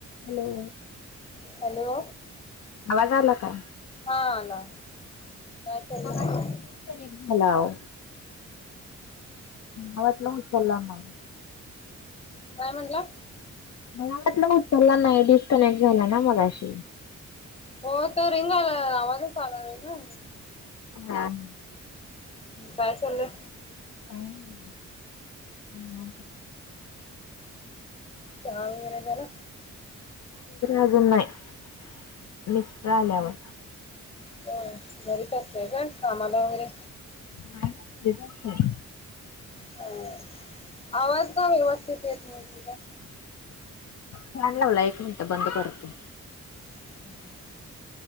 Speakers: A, on the left; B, on the left.
A: Hello
B: hello
A: आवाज आला का
B: हा आला काय चाललंय
A: मगाशी डीसकनेक्ट झाला ओ आवाज ना उचलला ना
B: काय म्हणला
A: मला वाटलं उचला नाही डिस्कनेक्ट झाला ना मगाशी
B: हो तर रिंग आला आवाजच आला नाही ना
A: हम
B: काय चाललंय
A: हम्म
B: चहा वगैरे झाला
A: अजून नाही मिस्टर आल्यावर
B: हो घरीच असतेय का कामाला वगैरे
A: नाय घरीच असतय
B: ह आवाज का व्यवस्थित येत नाहीत तुम्हचा
A: फॅन लावले एक मिनिटं बंद करतो
B: हम्-